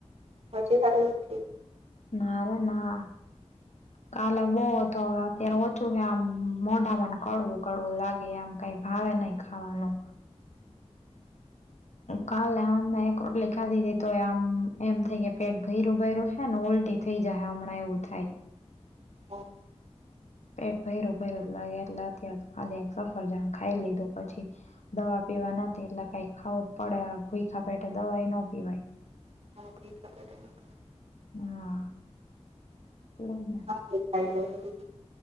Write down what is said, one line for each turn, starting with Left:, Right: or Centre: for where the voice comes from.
Right: હજી સારું નથ થયું?
Left: ના રે ના. કાલે બહુ હતો હવે અત્યારે ઓછું હે આમ મોઢામાં ને કડવું કડવું લાગે આમ કઈ ભાવે નહીં ખાવાનું. કાલે હાંજના એક રોટલી ખાધી તી તો આમ એમ થઈ કે પેટ ભયરું ભયર્યું હે ને ઉલટી થઈ જાહે હમણાં એવું થાય.
Right: હા
Left: પેટ ભૈરો ભ્યો જ લાગે. એટલે અત્યારે ખાલી એક સફરજણ ખાઈ લીધું પછી. દવા પીવાની હતી એટલે કઈક ખાવું જ પડે. ભૂખા પપેટે દવાએ ન પીવાય.
Right: હા <inaudible>
Left: હા એટલે જ ને.
Right: <unintelligible>